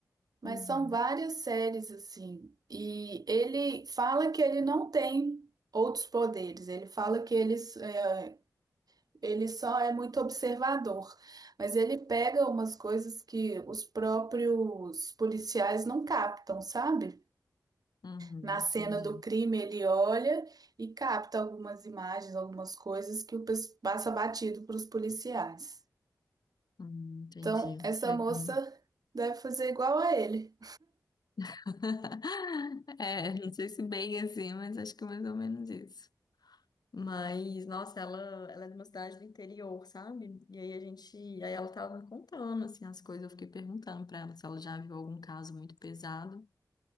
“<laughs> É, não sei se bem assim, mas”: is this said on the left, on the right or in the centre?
Left